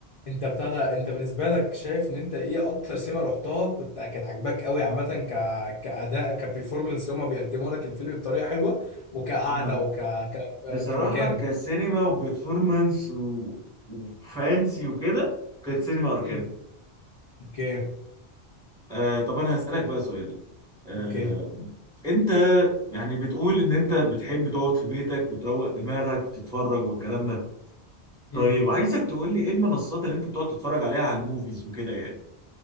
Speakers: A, on the left; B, in the centre.
A: انت بتاع ده انت بالنسبه لك شايف ان انت ايه اكتر سينما رحتها كنت كانت عاجباك قوي عامه ك كاداء كبرفورمانس اللي هم بيقدموا لك الفيلم بطريقه حلوه وكقعده
B: آه.
A: وك ك...
B: بصراحة
A: كمكان
B: كسينما وبرفورمانس و... وفانسي وكده كانت سينما أركان
A: امم اوكي
B: آه طب أنا هسألك بقى سؤال آه
A: اوكي
B: أنت يعني بتقول إن أنت بتحب تقعد في بيتك وتروق دماغك وتتفرج والكلام ده طيب
A: مم.
B: عايزك تقول لي إيه المنصات اللي أنت بتقعد تتفرج عليها على الموفيز وكده يعني